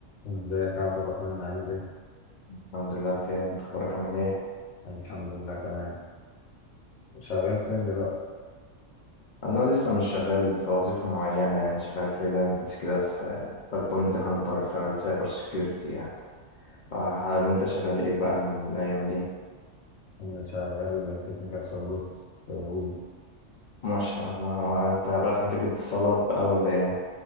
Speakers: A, on the left; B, on the left.
A: ازيك يا عبد الرحمن عامل ايه؟
B: الحمد لله بخير انت اخبارك عامل ايه
A: الحمد لله تمام شغال فين دلوقتي؟
B: انا لسه مش شغال في وظيفة معينة يعني شغال فريلانس كده في باك بوينت هانتر شغال سايبر سيكيورتي يعني اه، وانت شغال ايه بقى من الايام دي
A: انا شغال تكنيكال سبورت وي
B: ما شاء الله انت بقى خريج اتصالات بقى ولا ايه